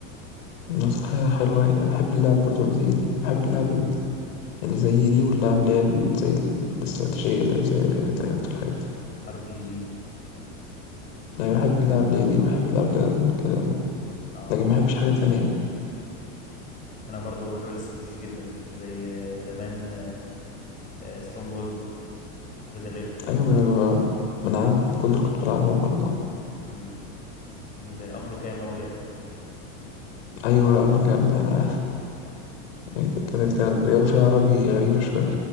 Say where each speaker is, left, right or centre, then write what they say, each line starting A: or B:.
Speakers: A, on the left; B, on the left.
A: نصيحة حلوة يعني أنا بحب اللعب برضو اللي زي دي بحب اللعب ال- اللي زي دي واللعب اللي هي ال- زي ال- الاستراتيجية اللي زي الريتيرت والحاجات
B: ار بي جي
A: أنا بحب اللعب اللي هي دي بحب اللعب اللي هي كده يعني
B: اه
A: لكن ما بحبش حاجة تانية يعني.
B: انا برضو بحب الاستراتيجي جدا زي آه، زمان سترونج هولد ريد اليرت
A: أيوة ما أنا ما ما أنا عندي كنت دول كنت بلعبهم برضه
B: امم الامر كان مولاي
A: أيوة أمريكا لا، <laughs> يعني كانت كانت الرياضة فيها عربي غريبة شوية